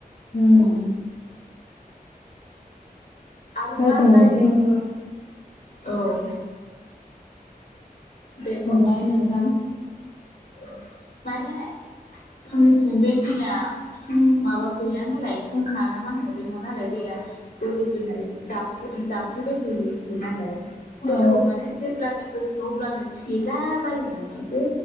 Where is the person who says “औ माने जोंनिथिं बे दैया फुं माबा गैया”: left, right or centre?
Left